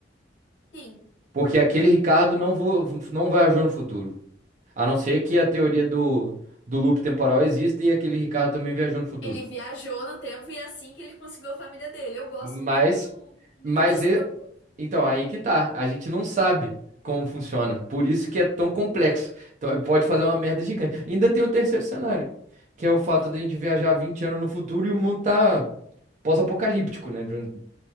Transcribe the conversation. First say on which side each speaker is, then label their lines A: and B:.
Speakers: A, on the left; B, on the right.
A: Sim.
B: Porque aquele Ricardo não, vo, não viajou no futuro. A não ser que a teoria do, do loop temporal exista e aquele Ricardo também viajou no futuro.
A: Ele viajou no tempo e é assim que ele conseguiu a família dele. Eu gosto
B: Mas,
A: muito, muito, muito
B: mas
A: dessa
B: e-
A: proposta.
B: Então, aí que tá. A gente não sabe como funciona. Por isso que é tão complexo. Então, eh, pode fazer uma merda gigante. Ainda tem o terceiro cenário, que é o fato
A: Ah,
B: de a gente viajar 20 anos no futuro e o mundo tá pós-apocalíptico, né? Do-